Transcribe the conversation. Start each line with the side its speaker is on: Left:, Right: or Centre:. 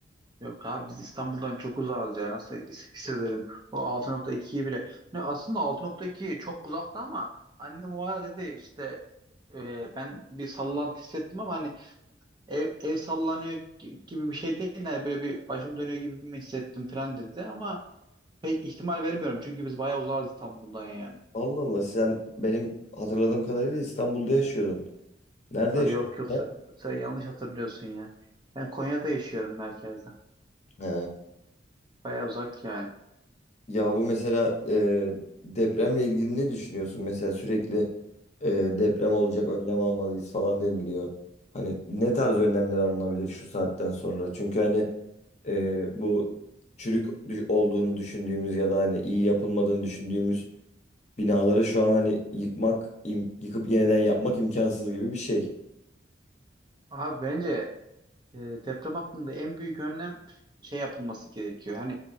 Right: Yok abi biz İstanbul'dan çok uzağız ya. Nasıl his- hissedelim? O 6.2'yi bile. Ne, aslında altı nokta iki çok uzakta ama annem o ara dedi işte e, ben bir sallantı hissettim ama hani ev, ev sallanıyor gi- gibi bir şey değil. Yani böyle bir başım dönüyor gibi mi hissettim falan dedi ama pek ihtimal vermiyorum. Çünkü biz bayağı uzağız İstanbul'dan yani.
Left: Allah Allah sen benim hatırladığım kadarıyla İstanbul'da yaşıyordun. Nerede
Right: Ha,
Left: yaşıyorsun
Right: yok yok
Left: sen?
Right: sen, sen yanlış hatırlıyorsun ya. Ben Konya'da yaşıyorum merkezde
Left: He.
Right: Baya uzak yani.
Left: Ya bu mesela e, depremle ilgili ne düşünüyorsun? Mesela sürekli e, deprem olacak önlem almalıyız falan deniliyor. Hani ne tarz önlemler alınabilir şu saatten sonra? Çünkü hani e, bu çürük dü- olduğunu düşündüğümüz ya da hani iyi yapılmadığını düşündüğümüz binaları şu an hani yıkmak, im- yıkıp yeniden yapmak imkansız gibi bir şey.
Right: Abi bence e, deprem hakkında en büyük önlem şey yapılması gerekiyor. Hani